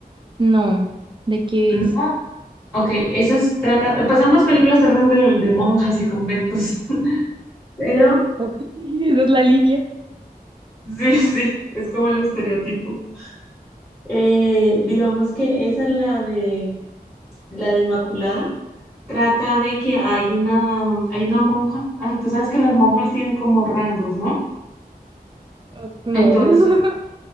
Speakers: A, on the right (about 30°); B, on the left (about 15°).
A: No, ¿de qué
B: No.
A: es?
B: Ok, esas tratan, pues ambas películas tratan de, de monjas y conventos. <laughs> Pero
A: Ok, <laughs> esa es la línea.
B: Sí, sí, es como el estereotipo. Eh, digamos que esa es la de la de Inmaculada. Trata de que hay una, hay una monja. ay, tú sabes que las monjas tienen como rangos, ¿no?
A: Ah, no.
B: Entonces,
A: <laughs>